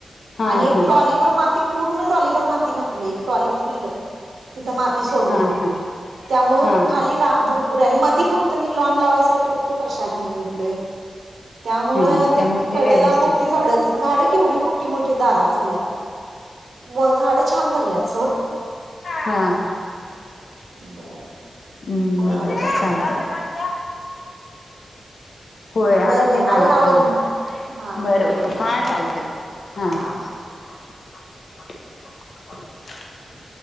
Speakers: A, on the left; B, on the right.
A: हा
B: आणि एक
A: हा
B: टॉलीबर माती. पूर्ण टॉलीबर मात घातलोय एक टॉली फुल तिथं माती सोडलोय
A: हा हा
B: त्यामुळं
A: हा
B: खाली
A: हा
B: रा भरपूर भरपुर आणि मधी फक्त मी लॉन लावायसाठी फक्त फरश्या घालून घेतलोय. त्यामुळे
A: हा त्यामुळे
B: ती
A: ते
B: कडला
A: व्यवस्थित
B: मोठी झाडं, झाडं केवढी मोठी मोठी दारात झाल्यात म झाड छान जगल्यात सोड.
A: हा.
B: बरं
A: हम्म
B: कोण
A: बर
B: आलं
A: बर
B: का काय
A: चालतयं.
B: ग
A: होय
B: बरं
A: आई
B: बरं
A: ते
B: आवर
A: आल्यात
B: आवर
A: न्हवे.
B: मग हां
A: बर
B: बघ
A: बर
B: बघ घरातलं
A: हा चालते. हा.
B: हां
A: <unintelligible>